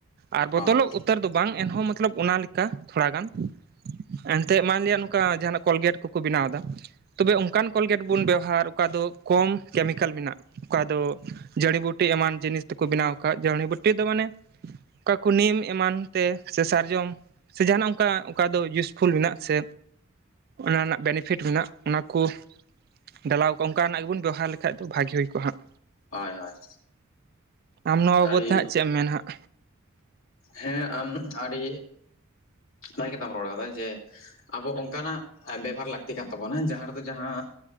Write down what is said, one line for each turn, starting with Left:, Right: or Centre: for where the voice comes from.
Right: ᱟᱨ ᱵᱚᱫᱚᱞᱚᱜ
Left: ᱦᱳᱭ
Right: ᱩᱛᱟᱹᱨ ᱫᱚ ᱵᱟᱝ ᱮᱱᱦᱚᱸ ᱢᱚᱛᱞᱚᱵ ᱚᱱᱟ ᱞᱮᱠᱟ ᱛᱷᱚᱲᱟ ᱜᱟᱱ ᱮᱱᱛᱮᱜ ᱢᱟᱱᱞᱤᱭᱟ ᱱᱚᱝᱠᱟ ᱡᱟᱦᱟᱱᱟᱜ ᱠᱚᱞᱜᱮᱴ ᱠᱚᱠᱚ ᱵᱮᱱᱟᱣᱫᱟ ᱛᱚᱵᱮ ᱚᱱᱠᱟᱱ ᱠᱚᱞᱜᱮᱴ ᱵᱚᱱ ᱵᱮᱣᱦᱟᱨ ᱚᱠᱟ ᱫᱚ ᱠᱚᱢ ᱠᱮᱢᱤᱠᱮᱞ ᱢᱮᱱᱟᱜ ᱚᱠᱟ ᱫᱚ ᱡᱟᱹᱲᱤ ᱵᱩᱴᱤ ᱮᱢᱟᱱ ᱡᱤᱱᱤᱥ ᱛᱮᱠᱚ ᱵᱮᱱᱟᱣ ᱟᱠᱟᱫ ᱡᱟᱹᱲᱤ ᱵᱩᱴᱤ ᱫᱚ ᱢᱟᱱᱮ ᱚᱠᱟ ᱠᱚ ᱱᱤᱢ ᱮᱢᱟᱱ ᱛᱮ ᱥᱮ ᱥᱟᱨᱡᱚᱢ ᱥᱮ ᱡᱟᱦᱟᱱᱟᱜ ᱚᱱᱠᱟ ᱚᱠᱟ ᱫᱚ ᱤᱭᱩᱥᱯᱷᱩᱞ ᱢᱮᱱᱟᱜ ᱥᱮ ᱚᱱᱟ ᱨᱮᱱᱟᱜ ᱵᱮᱱᱤᱯᱷᱤᱴ ᱢᱮᱱᱟᱜ ᱚᱱᱟ ᱠᱚ ᱰᱮᱞᱟᱣ ᱠᱚᱜᱼᱟ ᱚᱱᱠᱟᱱᱟᱜ ᱜᱮᱵᱚᱱ ᱵᱮᱣᱦᱟᱨ ᱞᱮᱠᱷᱟᱡ ᱫᱚ ᱵᱷᱟᱹᱜᱤ ᱦᱩᱭ ᱠᱚᱜᱼᱟ ᱦᱟᱸᱜ
Left: ᱦᱳᱭ ᱦᱳᱭ
Right: ᱟᱢ ᱱᱚᱣᱟ ᱵᱟᱵᱚᱛ
Left: ᱟᱹᱰᱤ
Right: ᱛᱮ ᱦᱟᱸᱜ ᱪᱮᱫ ᱮᱢ ᱢᱮᱱᱟ ᱦᱟᱸᱜ?
Left: ᱦᱮᱸ ᱟᱢ ᱟᱹᱰᱤ <unintelligible> ᱨᱚᱲ ᱠᱟᱫᱟ ᱡᱮ ᱟᱵᱚ ᱚᱱᱠᱟᱱᱟᱜ ᱵᱮᱵᱷᱟᱨ ᱞᱟᱹᱠᱛᱤ ᱠᱟᱱ ᱛᱟᱵᱚᱱᱟ ᱡᱟᱦᱟᱸ ᱨᱮᱫᱚ ᱡᱟᱦᱟᱸ